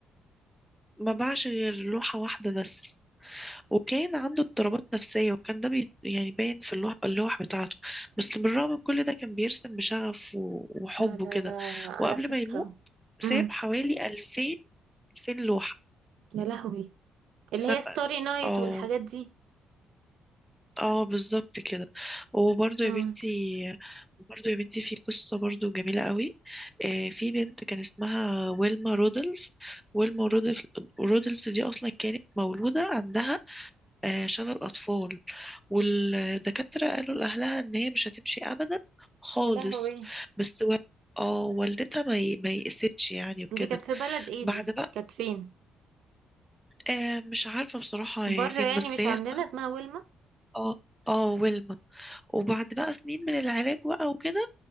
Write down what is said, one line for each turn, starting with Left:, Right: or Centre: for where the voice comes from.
Centre: ما باعش غير لوحة واحدة بس وكان عنده اضطرابات نفسية وكان ده بي يعني باين في اللوح, اللوح بتاعته بس بالرغم من كل ده كان بيرسم بشغف و- وحب
Right: لا لا
Centre: وكده
Right: لا على
Centre: وقبل
Right: فكرة
Centre: ما يموت ساب
Right: امم
Centre: حوالي ألفين ألفين لوحة
Right: يا لهوي اللي
Centre: ساب
Right: هي ستوري نايت
Centre: اه
Right: والحاجات دي
Centre: اه بالظبط كده وبرضه
Right: امم
Centre: يا بنتي برضه يا بنتي في قصة برضه جميلة قوي آه، في بنت كان اسمها ويلما رودولف ويلما رودولف رودولف دي أصلا كانت مولودة عندها آه، شلل أطفال والدكاترة قالوا لأهلها إن هي مش هتمشي أبدا خالص
Right: يا لهوي
Centre: بس و... اه والدتها ما ي- ما يئستش يعني وكده
Right: دي كانت في بلد ايه
Centre: بعد
Right: دي
Centre: بقى
Right: كانت فين
Centre: آه مش عارفة بصراحة
Right: بره
Centre: هي فين
Right: يعني
Centre: بس
Right: مش
Centre: هي
Right: عندنا
Centre: اسمها
Right: اسمها ويلما
Centre: اه اه ويلما وبعد بقى سنين من العلاج بقى وكده